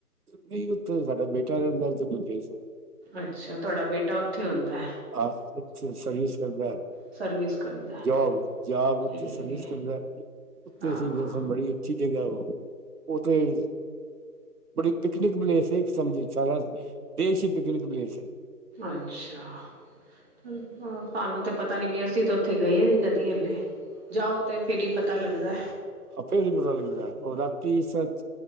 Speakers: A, on the right (about 65°); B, on the right (about 40°).
A: ਨਈ ਉਥੇ ਤੇ ਸਾਡਾ ਬੇਟਾ ਰਹਿੰਦਾ ਤੇ ਓਦੇ ਕੋਲ ਗਏ ਸੀ।
B: ਅੱਛਾ ਤੁਹਾਡਾ ਬੇਟਾ ਉੱਥੇ ਹੁੰਦੈ।
A: ਆਪ ਉੱਥੇ ਸਰਵਿਸ ਕਰਦੈ
B: ਸਰਵਿਸ ਕਰਦਾ ਹੈ।
A: ਜੋਬ ਜਾਬ
B: ਠੀਕ
A: ਉੱਥੇ ਸਰਵਿਸ
B: ਹੈ
A: ਕਰਦੈ। ਉੱਥੇ
B: ਹਾਂ
A: ਸੀਗੇ ਸਬ ਬੜੀ ਅੱਛੀ ਜਗ੍ਹਾ ਓਹ ਓਥੇ ਤੇ ਬੜੀ ਪਿਕਨਿਕ ਪਲੇਸ ਏ ਇੱਕ ਸਮਝ ਸਾਰਾ ਦੇਸ਼ ਈ ਪਿਕਨਿਕ ਪਲੇਸ ਏ।
B: ਅੱਛਾ ਹੂੰ। ਹਾਂ ਸਾਨੂੰ ਤੇ ਪਤਾ ਨੀ ਵੀ ਅਸੀਂ ਤੇ ਉੱਥੇ ਗਏ ਨੀ ਕਦੀ ਹੱਲੇ ਜਾਓ ਤੇ ਫਿਰ ਈ ਪਤਾ ਲੱਗਦੈ।
A: ਆਪੇ ਵੀ ਪਤਾ ਲੱਗਦੈ ਓ ਰਾਤੀ ਸਚ